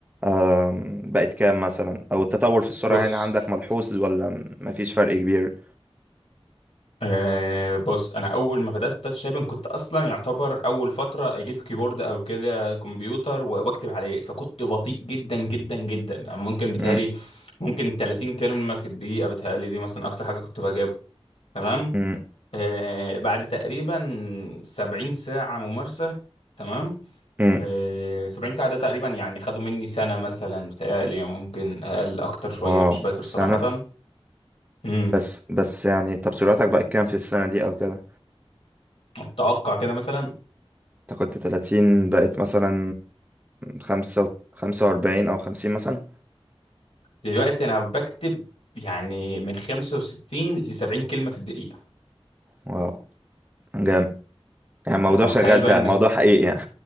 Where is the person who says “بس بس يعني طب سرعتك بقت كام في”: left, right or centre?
Right